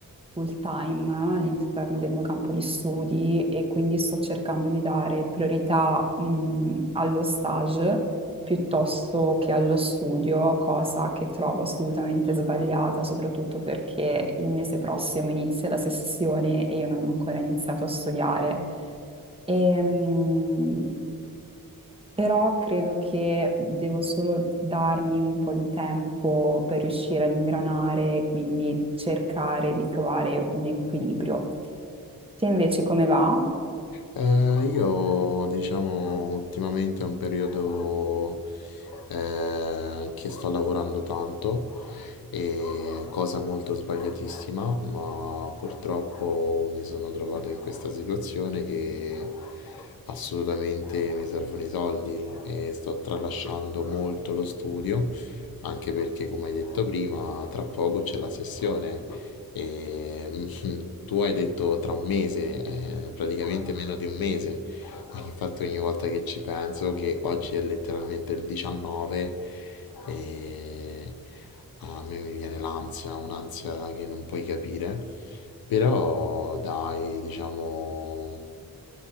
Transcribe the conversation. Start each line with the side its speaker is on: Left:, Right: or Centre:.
Right: full time all'interno del mio campo di studi e quindi sto cercando di dare priorità, mh, allo stage piuttosto che allo studio, cosa che trovo assolutamente sbagliata, soprattutto perché il mese prossimo inizia la sessione e io non ho ancora iniziato a studiare. Ehm, però credo che devo solo darmi un po' di tempo per riuscire ad ingranare, quindi cercare di trovare un equilibrio. Te invece come va?
Left: Eh, io diciamo ultimamente è un periodo eh, che sto lavorando tanto e cosa molto sbagliatissima, ma purtroppo mi sono trovato in questa situazione che assolutamente mi servono i soldi e sto tralasciando molto lo studio, anche perché come hai detto prima, tra poco c'è la sessione. E, <laughs> tu hai detto tra un mese, eh, praticamente meno di un mese. Ma Infatti ogni volta che ci penso, che oggi è letteralmente il 19, e a me mi viene l'ansia, un'ansia che non puoi capire, però dai, diciamo,